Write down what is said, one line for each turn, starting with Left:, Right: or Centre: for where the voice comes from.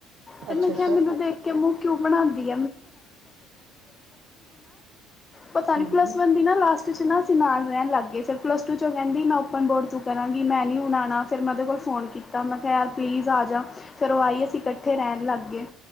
Left: ਤੇ
Right: ਅੱਛਾ
Left: ਮੈਂ ਕਿਹਾ,
Right: ਅੱਛਾ
Left: ਮੈਨੂੰ ਦੇਖ ਕਿ ਮੁੰਹ ਕਿਉ ਬਣਾਉਂਦੀ। ਪਤਾ
Right: ਹੂੰ
Left: ਨੀ
Right: ਹੂੰ
Left: ਪਲੱਸ ਵਨ ਦੀ ਨਾ ਲਾਸਟ ਚ' ਨਾ ਅਸੀਂ ਨਾਲ ਰਹਿਣ ਲੱਗ ਗਏ। ਫਿਰ ਪਲੱਸ ਟੂ ਚੋਂ ਕਹਿੰਦੀ ਮੈਂ ਓਪਨ ਬੋਰਡ ਚ' ਕਰਾਂਗੀ ਮੈਂ ਨਹੀਂ ਹੁਣਾ ਆਉਣਾ। ਫਿਰ ਮੈਂ ਉਹਦੇ ਕੋਲ ਫੋਨ ਕੀਤਾ ਮੈਂ ਕਿਹਾ ਪਲੀਜ਼ ਆ ਜਾ। ਫਿਰ ਉਹ ਆਈ ਅਸੀਂ ਇਕੱਠੇ ਰਹਿਣ ਲੱਗ ਗਏ।